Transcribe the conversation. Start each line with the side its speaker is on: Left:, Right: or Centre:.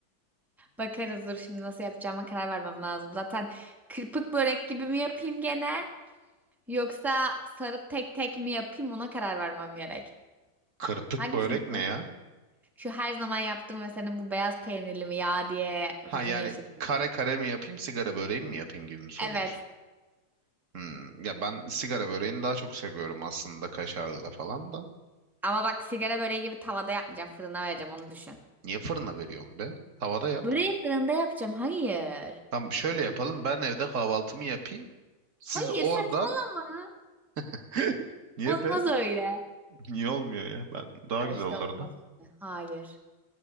Centre: Bakarız dur şimdi nasıl yapacağıma karar vermem lazım. Zaten kırpık börek gibi mi yapayım gene? Yoksa sarıp tek tek mi yapayım ona karar vermem gerek.
Right: Kırpık
Centre: Hangisini
Right: börek
Centre: istiyorsun?
Right: ne ya?
Centre: Şu her zaman yaptığım ve senin bu beyaz peynirli mi ya diye
Right: Ha
Centre: hüzün
Right: yani
Centre: yaşadığım
Right: kare
Centre: börek.
Right: kare mi yapayım sigara böreği mi yapayım gibi mi soruyorsun?
Centre: Evet.
Right: Hmm, ya ben sigara böreğini daha çok seviyorum aslında kaşarlı da falan da.
Centre: Ama bak sigara böreği gibi tavada yapmayacağım. Fırına vereceğim onu düşün.
Right: Niye fırına veriyorsun be? Tavada yap.
Centre: Böreği fırında yapacağım. Hayır.
Right: Tamam şöyle yapalım ben evde kahvaltımı yapayım. Siz
Centre: Hayır
Right: orada
Centre: saçmalama.
Right: <laughs> niye
Centre: Olmaz
Right: be?
Centre: öyle. Ya
Right: Niye olmuyor ya? Ben daha güzel
Centre: İşte
Right: olurdu.
Centre: olmaz öyle. Hayır.